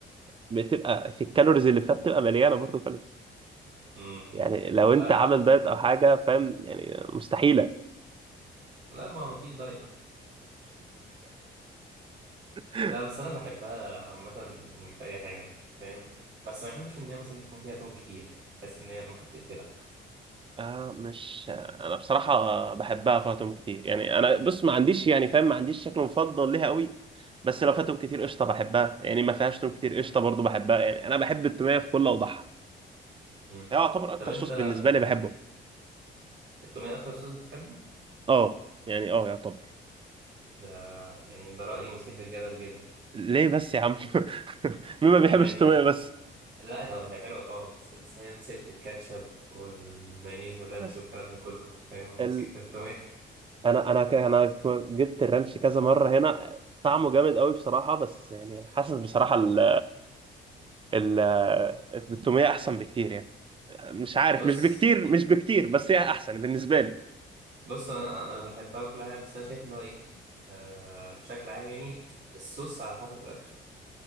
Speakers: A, on the right; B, on the right.
A: بتبقى في الكالوريز اللي فيها بتبقى مليانة برضه كالوريز
B: مم.
A: يعني لو انت
B: لا
A: عامل دايت او حاجة فاهم يعني مستحيلة
B: لا ما ما فيش دايت
A: <laughs>
B: لا بس أنا بحبها عامة يعني في أي حاجة فاهم بس ما بحبش إن هي مثلا تكون فيها توم كتير بحس إن هي ممكن تقتلك
A: آه مش انا بصراحه بحبها فاتهم كتير يعني انا بص ما عنديش يعني فاهم ما عنديش شكل مفضل ليها قوي بس لو فاتهم كتير قشطه بحبها يعني ما فيهاش توم كتير قشطه برضو بحبها يعني انا بحب التوميه في كل اوضاعها
B: مم.
A: هي يعتبر اكتر
B: طب أنت
A: صوص بالنسبه لي بحبه
B: التومية أكتر صوص بتحبه؟
A: اه يعني اه يعتبر
B: ده يعني ده رأي مثير للجدل جدا
A: ليه بس يا عم <laughs> مين ما بيحبش
B: يعني أنت
A: التوميه بس
B: لا هو- هي حلوة طبعا بس انت فاهم سبت الكاتشب والمايونيز والرانش
A: بس
B: والكلام ده كله فاهم ومسكت
A: ال...
B: في التومية
A: انا انا ك... انا ك- جبت الرانش كذا مره هنا طعمه جامد قوي بصراحه بس يعني حاسس بصراحه ال ال التوميه احسن بكتير يعني مش
B: <laughs>
A: عارف
B: بص
A: مش بكتير مش بكتير بس هي احسن بالنسبه لي
B: بص انا انا بحبها وكل حاجة بس انا شايف اللي هو ايه آه بشكل عام يعني الصوص على حسب الاكل